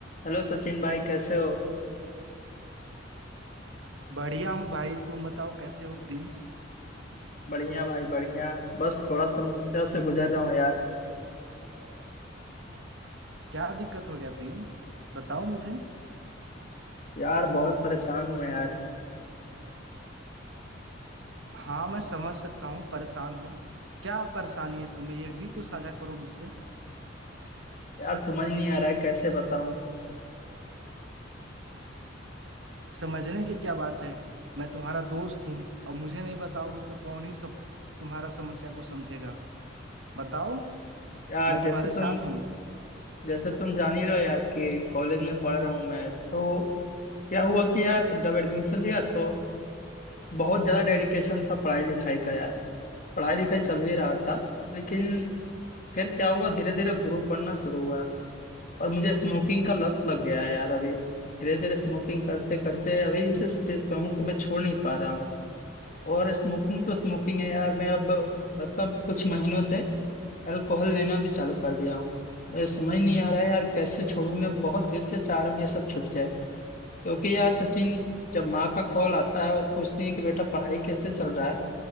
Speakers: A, on the left; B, on the right.
A: Hello Sachin भाई कैसे हो
B: बढ़िया हूँ भाई तुम बताओ कैसे हो प्रिंस
A: बढ़िया भाई बढ़िया बस थोड़ा समस्या से गुजर रहा हूँ यार
B: क्या दिक्कत हो गया प्रिंस बताओ मुझे
A: यार बहुत परेशान हूँ मैं यार
B: हाँ मैं समझ सकता हूँ परेशान हो क्या परेशानी है तुम्हें ये भी तो साझा करो मुझसे
A: यार समझ नहीं आ रहा है कैसे बताऊँ
B: समझने की क्या बात है मैं तुम्हारा दोस्त हूँ अब मुझे नहीं बताओगे तो कौन ही सब तुम्हारा समस्या को समझेगा बताओ
A: यार
B: मैं
A: जैसे
B: तुम्हारे
A: तुम
B: साथ हूँ
A: जैसे तुम जान ही रहो यार कि कॉलेज में पढ़ रहा हूँ मैं तो क्या हुआ कि यार जब एडमिशन लिया तो बहुत ज़्यादा डेडिकेशन था पढ़ाई लिखाई का यार पढ़ाई लिखाई चल भी रहा था लेकिन फिर क्या हुआ धीरे धीरे ग्रुप बनना शुरू हुआ और मुझे स्मोकिंग का लत लग गया है यार अभी धीरे धीरे स्मोकिंग करते करते अभी इस स्टेज पे हूँ कि मैं छोड़ नहीं पा रहा हूँ और स्मोकिंग तो स्मोकिंग है यार मैं अब मतलब कुछ महीनों से अल्कोहल लेना भी चालू कर दिया हूँ मुझे समझ नहीं आ रहा है यार कैसे छोड़ूं मैं बहुत दिल से चाह रहा हूँ ये सब छूट जाए क्योंकि यार सचिन जब माँ का कॉल आता है और पूछती है कि बेटा पढ़ाई कैसे चल रहा है